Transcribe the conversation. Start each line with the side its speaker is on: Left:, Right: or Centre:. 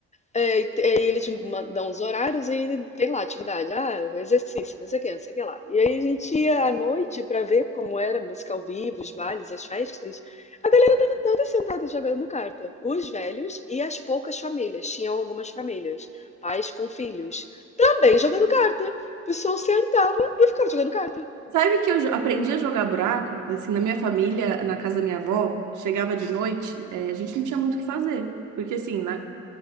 Left: é, e te- aí eles mandam os horários e tem lá atividade, ah, exercício, não sei o que, não sei o que lá. E aí a gente ia à noite para ver como era a música ao vivo, os bailes, as festas. A galera tava toda sentada jogando carta. Os velhos e as poucas famílias, tinham algumas famílias, pais com filhos, também jogando carta. O pessoal sentava e ficava jogando carta.
Right: Sabe que eu jo- aprendi a jogar buraco? Assim, na minha família, na casa da minha avó, chegava de noite, eh, a gente não tinha muito o que fazer. Porque assim, né?